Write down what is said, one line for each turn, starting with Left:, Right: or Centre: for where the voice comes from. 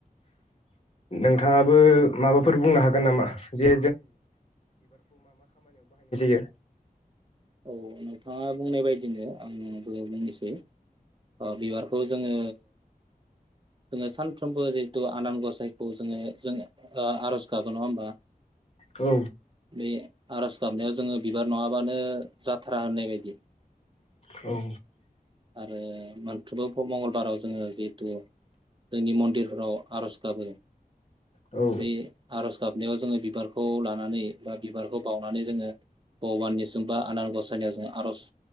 Left: नोंथाङाबो माबाफोर बुंनो हागोन नामा जे जों
Right: औ नोंथाङा बुंनाय बायदिनो आंबो बुंनोसै बिबारखौ जोङो जोङो सानफ्रोमबो जिहेतु आनान गसाइखौ जोङो जों ओ आर'ज गाबो नङा होमबा
Left: औ
Right: बे आर'ज गाबनायाव जोङो बिबार नङाबानो जा थ्रा होननाय बायदि
Left: औ
Right: ओ मोनफ्रोमबो मंगलबाराव जोङो जिहेथु जोंनि मन्दिरफोराव आर'ज गाबो
Left: औ
Right: बे आर'ज गाबनायाव जोङो बिबारखौ लानानै बा बिबारखौ बावनानै जोङो भग'बाननिसिमबो आनार गसायनायाव जोंङो आर'ज